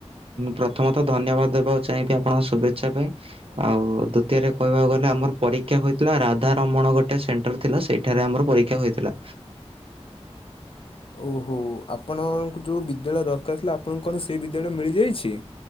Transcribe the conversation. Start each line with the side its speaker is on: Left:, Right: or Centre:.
Right: ପ୍ରଥମତଃ ଧନ୍ୟବାଦ ଦେବାକୁ ଚାହିଁବି ଆପଣଙ୍କ ଶୁଭେଚ୍ଛା ପାଇଁ ଆଉ ଦ୍ୱିତୀୟରେ କହିବାକୁ ଗଲେ ଆମର ପରୀକ୍ଷା ହୋଇଥିଲା ରାଧାରମଣ ଗୋଟେ ସେଣ୍ଟର ଥିଲା ସେଇଠାରେ ଆମର ପରୀକ୍ଷା ହୋଇଥିଲା।
Left: ଓହୋ ଆପଣଙ୍କୁ ଯୋଉ ବିଦ୍ୟାଳୟର ଙ୍କା ଥିଲା ଆପଣଙ୍କୁ କଁ ସେଇ ବିଦ୍ୟାଳୟ ମିଳିଯାଇଛି?